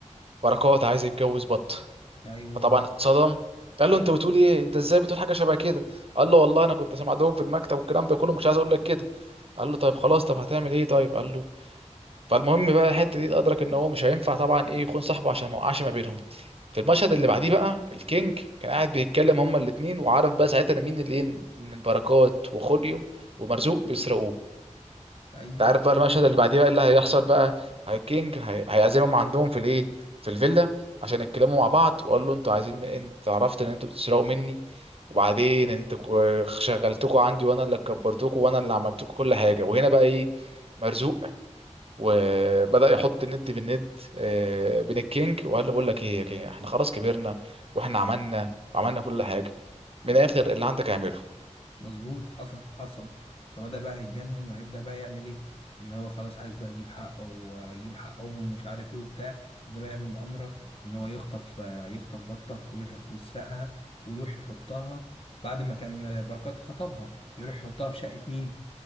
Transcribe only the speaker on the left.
ايوه
بط-
ايوه
مظبوط حصل حصل فبدأ بقى هيتجنن وهيبدأ بقى يعمل ايه ان هو خلاص عايز بقى يجيب حقه ويجيب حقهم ومش عارف ايه وبتاع ده بقى يعمل مؤامرة ان هو يخطف آه، يخطف بطة ويروح يسرقها ويروح يحطها بعد ما كان بركات خطبها يروح يحطها في شقة مين